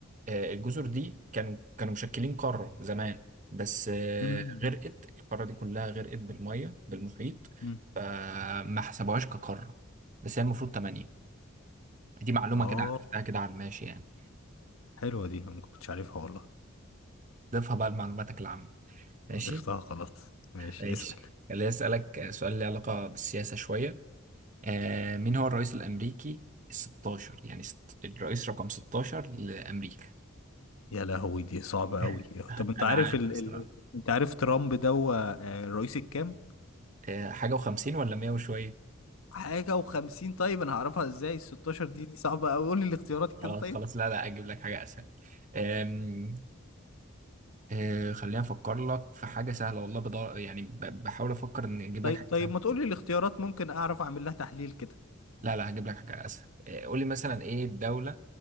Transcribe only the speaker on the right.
آه، الجزر دي كانوا كانوا مشكلين قارة زمان بس آه،
غرقت القارة دي كلها غرقت بالمية بالمحيط
فما حسبوهاش كقارة بس هي المفروض تمانية دي معلومة
كده عرفتها كده على الماشي يعني
ضيفها بقى لمعلوماتك العامة ماشي
ماشي
اللي أسألك سؤال ليه علاقة بالسياسة شوية آه، مين هو الرئيس الأمريكي الستاشر يعني ست- الرئيس رقم 16 لأمريكا
<laughs>
انا
عارف
بصراحه
آه، حاجه وخمسين ولا مية وشويه
خلاص
خلاص لا لا اجيب لك حاجه اسهل آم، آه، خليني افكر لك في حاجه سهله والله بدور يعني ب- بحاول افكر ان اجيب
لك حاجه
سهله
لا لا هجيب لك حاجه اسهل آه، قول لي مثلا ايه الدوله